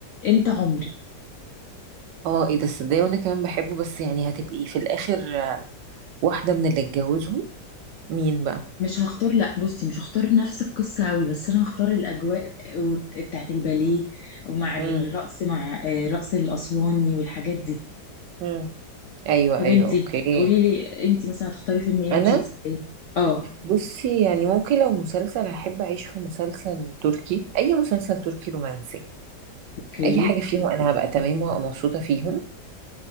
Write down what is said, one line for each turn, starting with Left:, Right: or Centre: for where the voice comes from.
Left: انت عمري
Right: اه ايه ده صدقني وانا كمان بحبه بس يعني هتبقي في الاخر آه، واحدة من اللي اتجوزهم مين بقى
Left: مش هختار لا بصي مش هختار نفس القصة قوي بس انا هختار الاجواء وبت- بتاعت الباليه ومع
Right: امم
Left: الرقص مع آه، رقص الاسواني والحاجات دي
Right: امم ايوه
Left: طب
Right: ايوه
Left: انتي
Right: اوكي
Left: قولي لي انتي مثلا هتختاري فيلم ايه
Right: انا
Left: ومسلسل ايه اه
Right: بصي يعني ممكن لو مسلسل هحب اعيش في مسلسل تركي اي مسلسل تركي رومانسي
Left: اوكي
Right: اي حاجة فيهم انا هبقى تمام ومبسوطة فيهم